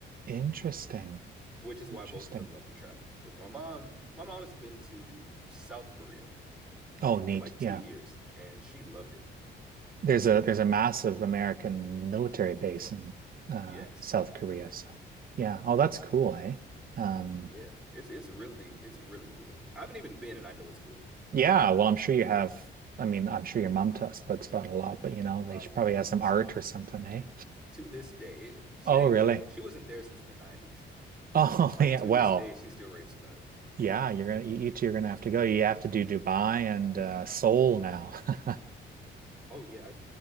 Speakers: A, on the right (about 45°); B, in the centre.
A: Interesting.
B: which is
A: Interesting.
B: why both of them love to travel. Because my mom, my mom's been to South Korea
A: Oh, neat.
B: for like two
A: Yeah.
B: years, and she loved it.
A: there's a there's a massive American military base in uh,
B: Yes,
A: South Korea. So yeah, oh that's cool, hey. Um,
B: yeah, it's it's really it's really cool. I haven't even been, and I know it's cool
A: yeah, well I'm sure you have. I mean, I'm sure your mom t speaks about a lot, but you know they
B: a
A: should
B: lot
A: probably have some art or something, eh?
B: to this day. It- she
A: Oh
B: didn't
A: really?
B: go, she wasn't there since the 90s,
A: Oh
B: but
A: <laughs> yeah.
B: to
A: Well,
B: this day, she still raves about it.
A: yeah. You're gonna you, you two are gonna have to go. You have to do Dubai and uh, Seoul now. <laughs>
B: Oh yeah, I,